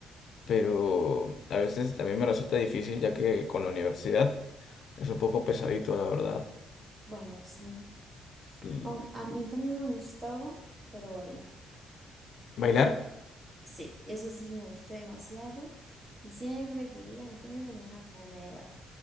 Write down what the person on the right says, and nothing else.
Bueno, sí.
Au- A mí también me gustaba, pero bailar.
Sí, eso sí me gustó demasiado y siempre quería meterme como en una academia de baile,